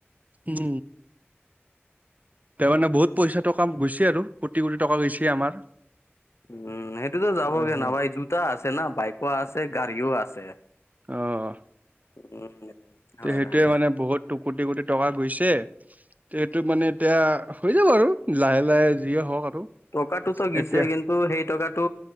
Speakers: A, on the right; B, on the left.
A: উম, তাৰ মানে বহুত পইচাটো কাম গৈছে। আৰু কোটি কোটি টকা গৈছে আমাৰ।
B: উম, সেইটোতো যাবগে
A: হয় হয়।
B: নাপাই জোতা আছে না বাইকো আছে, গাড়ীও আছে।
A: অঁ।
B: উম। হয়,
A: সেইটোয়ে
B: হয়,
A: মানে বহুত কোটি, কোটি টকা গৈছে। সেইটো মানে এতিয়া হৈ যাব আৰু লাহে লাহে যিয়ে হয় হওঁক আৰু।
B: টকাটোতো গিছেই
A: এতিয়া
B: কিন্তু সেই টকাটো